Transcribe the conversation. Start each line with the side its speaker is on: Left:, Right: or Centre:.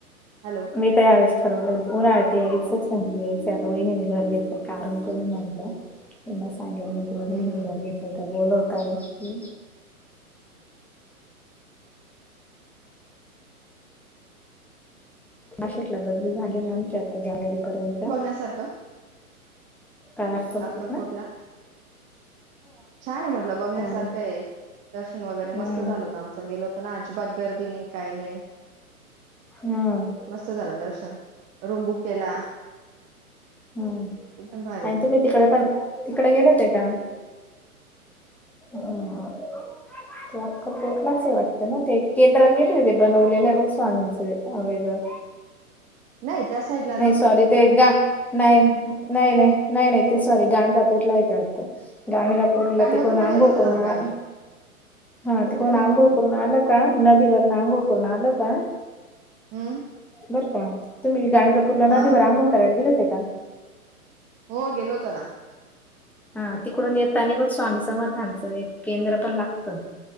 Right: हॅलो.
Centre: मी तर ह्या वेळेस ठरवलं ते उन्हाळ्यात यायचच म्हणजे याय से आता वहिणीने घर घेतलं कारण कोणी म्हटलं म सांगेल वहिनी
Right: हम्म हम्म
Centre: घरी घेत <unintelligible> हं. नाशिकला बदली झाली ना आमची आता जानेवारीपर्यंत.
Right: यासारखं
Centre: काय असताल
Right: अक्कलकोटला
Centre: कुठनं
Right: छान आहे म्हटलं बघण्यासारखंये.
Centre: आहे
Right: दर्शन वगैरे
Centre: हम्म
Right: मस्त झालं होतं आमचं गेलोत ना अजिबात गर्दी नाही काही नाही.
Centre: हम्म.
Right: मस्त झाला दर्शन रूम बुक केला
Centre: हम्म
Right: एकदम भारी होतं
Centre: आणि तुम्ही तिकडे पण तिकडे गेले होते का? हां ते अक्कलकोट लाच हे वाटतं ना ते केंद्रात येत होते बनवलेलं आहे बघ स्वामींचं वे आ वेगळं.
Right: नाही त्या साइडला
Centre: नाही सॉरी ते गा नाही नाही नाही नाही नाही ते सॉरी गाणगापूरला येते वाटतं, गाणगा कुठला
Right: गाणगापूरला
Centre: तिकडून अंगोळ
Right: गेलो होतो
Centre: करून
Right: ना मग
Centre: आले
Right: आम्ही
Centre: हा तिकडून
Right: गेलो
Centre: आंघोड
Right: होतो
Centre: करून आलो. का नदीवर आंघोळ करून आलं का
Right: हम्म
Centre: बर का तुम्ही गाणगापूरला
Right: हा
Centre: नदीवर अंघोळ करायला गेले होते का?
Right: हो गेलो होतो ना.
Centre: हा तिकडून येताना बघ स्वामी समर्थांचा एक केंद्र पण लागतंय.